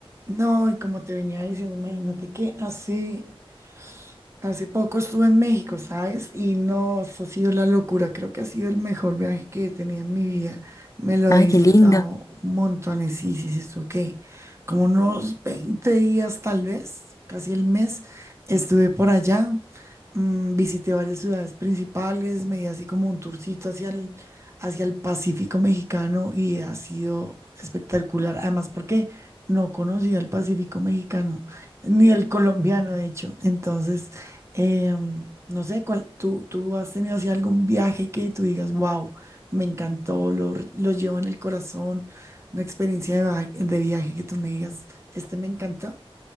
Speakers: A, on the right (about 30°); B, on the left (about 35°).
A: No, y como te venía diciendo, imagínate que hace, Hace poco estuve en México, ¿sabes? Y no, eso ha sido la locura. Creo que ha sido el mejor viaje que he tenido en mi vida. Me lo
B: Ay,
A: he disfrutado
B: qué lindo.
A: montones. Sí, sí, sí, estuve, ¿qué? Como unos 20 días, tal vez, casi el mes, estuve por allá. Mm, visité varias ciudades principales, me di así como un tourcito hacia el, hacia el Pacífico mexicano y ha sido espectacular. Además, porque no conocía el Pacífico mexicano, ni el colombiano, de hecho. Entonces, eh, no sé, cuál, tú, tú has tenido así algún viaje que tú digas, wow, me encantó, lo, r- lo llevo en el corazón, una experiencia de, va- de viaje que tú me digas, este me encanta.